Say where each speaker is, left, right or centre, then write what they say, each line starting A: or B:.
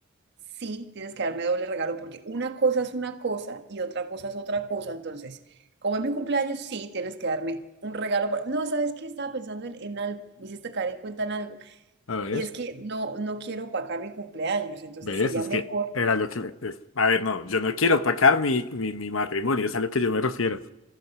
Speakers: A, on the right; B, on the left.
A: sí tienes que darme doble regalo porque una cosa es una cosa y otra cosa es otra cosa. Entonces, como es mi cumpleaños, sí tienes que darme un regalo. por- No, ¿sabes qué? Estaba pensando en, en algo, me hiciste caer en cuenta en algo.
B: A ver,
A: Y es que no, no quiero opacar mi cumpleaños, entonces
B: ¿ves?
A: sería
B: Es
A: mejor
B: que era lo que... me- es- A ver, no, yo no quiero opacar mi, mi, mi matrimonio, es a lo que yo me refiero.